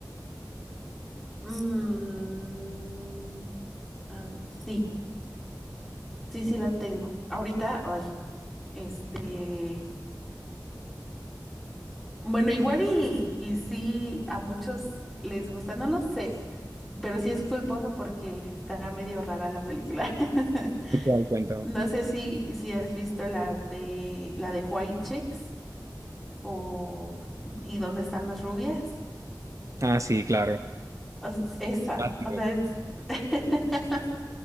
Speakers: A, in the centre; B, on the right (about 45°).
A: Mm, a- sí, sí, sí la tengo. Ahorita, ay, este. Bueno, igual y, y sí, a muchos les gusta, no lo sé, pero sí es culposo porque está medio rara la película. <laughs>
B: ¿Cuál? Cuéntame.
A: No sé si, si has visto la de la de White Chicks o ¿Y dónde están las rubias?
B: Ah, sí, claro.
A: O s- esa,
B: Clásico.
A: o sea, es, <laughs>